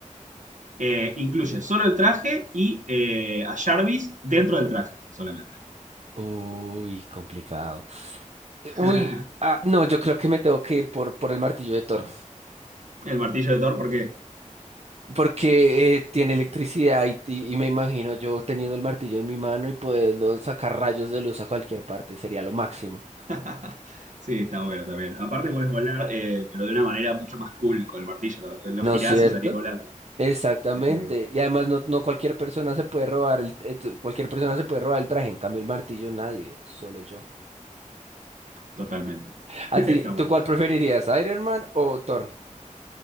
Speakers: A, on the right; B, on the right.
A: Eh, incluye solo el traje y eh, a Jarvis dentro del traje solamente.
B: Uy, complicado. Eh,
A: <laughs>
B: Uy, ah, no, yo creo que me tengo que ir por, por el martillo de Thor,
A: El martillo de Thor, ¿por qué?
B: porque eh, tiene electricidad y, y- y me imagino yo teniendo el martillo en mi mano y poderlo sacar rayos de luz a cualquier parte, sería lo máximo,
A: <laughs> Sí, está bueno también. Aparte puedes volar, eh, pero de una manera mucho más cool con el martillo. Lo, lo
B: ¿no
A: girás
B: es cierto?
A: y salís volando.
B: Exactamente,
A: Está bien.
B: y además no, no cualquier persona se puede robar el, el- cualquier persona se puede robar el traje, en cambio el martillo nadie, solo yo.
A: Totalmente. <laughs>
B: ¿A
A: Está
B: ti, tú
A: bueno
B: cuál
A: eso.
B: preferirías, Iron Man o Thor?